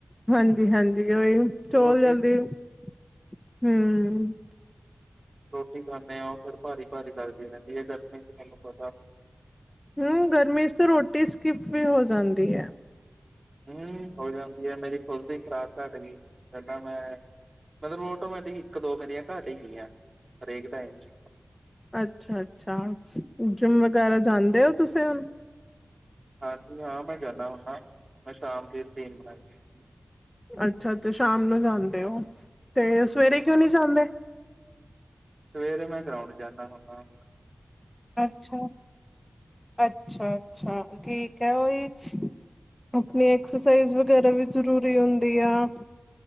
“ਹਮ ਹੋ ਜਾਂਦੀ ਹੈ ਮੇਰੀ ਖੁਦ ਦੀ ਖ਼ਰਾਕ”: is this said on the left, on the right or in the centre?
Right